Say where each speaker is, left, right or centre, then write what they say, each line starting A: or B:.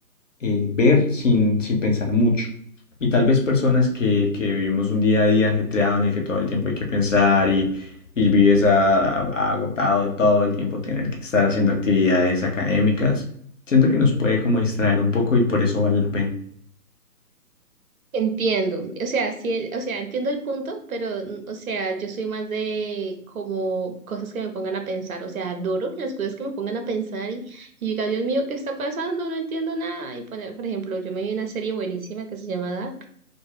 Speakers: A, on the left; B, on the right.
A: eh, ver sin, sin pensar mucho. Y tal vez personas que, que vivimos un día a día ajetreado en el que todo el tiempo hay que pensar y, y vives a- a- agotado de todo el tiempo tener que estar haciendo actividades académicas, siento que nos puede como distraer un poco y por eso vale la pena.
B: Entiendo, o sea, sí, o sea, entiendo el punto, pero, mm, o sea, yo soy más de como cosas que me pongan a pensar, o sea, adoro las cosas que me pongan a pensar y, y diga, Dios mío, ¿qué está pasando? No entiendo nada. Y poner, por ejemplo, yo me vi una serie buenísima que se llama Dark